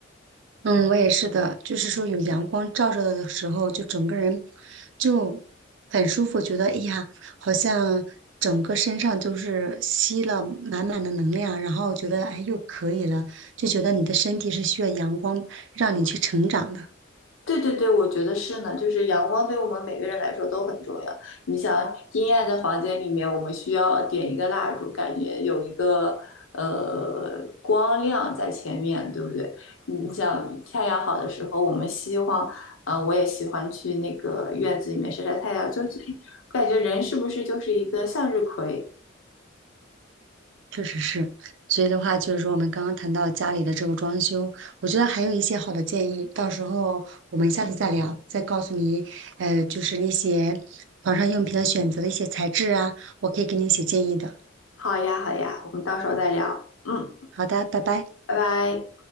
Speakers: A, on the right (about 65°); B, on the left (about 85°).
A: 嗯，我也是的，就是说有阳光照着的时候，就整个人就很舒服，觉得哎呀，好像整个身上就是吸了满满的能量，然后觉得哎又可以了，就觉得你的身体是需要阳光让你去成长的。
B: 对对对，我觉得是呢，就是阳光对我们每个人来说都很重要。你想，阴暗的房间里面，我们需要点一个蜡烛，感觉有一个呃光亮在前面，对不对？你你想，太阳好的时候，我们希望，呃，我也喜欢去那个院子里面晒晒太阳，就是我感觉人是不是就是一个向日葵？
A: 确实是，所以的话就是说，我们刚刚谈到家里的这个装修，我觉得还有一些好的建议，到时候我们下次再聊，再告诉你，呃，就是一些床上用品的选择的一些材质啊，我可以给你一些建议的。
B: 好呀，好呀，我们到时候再聊。嗯，
A: 好的，拜拜。
B: 拜拜。